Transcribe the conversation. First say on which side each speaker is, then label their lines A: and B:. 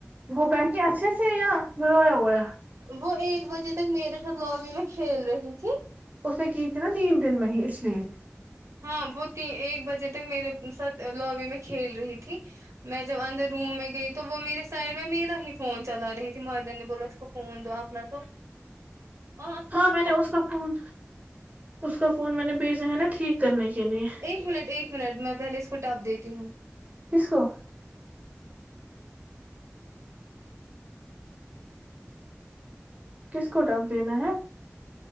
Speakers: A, on the right; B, on the right.
A: وہ بیٹھے اچھے سے یا رویا ہوا ہے
B: وہ ایک بجے تک میرے ساتھ لوبی میں کھیل رہی تھی
A: اس نے کی تھی نہ نین دن میں ہی اس لیے
B: ہاں وہ تو ایک بجے تک میرے ساتھ لوبی میں کھیل رہی تھی میں جب اندر روم میں گئی تو وہ میرے سائڈ میں میرا ہی فون چلا رہی تھی مائدہ نے بولا اس کو فون دو آپ <unintelligible> نہ تو آپ
A: ہاں میں نے اس کا فون اس کا فون میں نے بھیجا ہے نا ٹھیک کرنے کے لیے
B: ایک منٹ ایک منٹ میں پہلے اس کو ٹب دیتی ہوں
A: کس کو کس کو ٹیب دینا ہے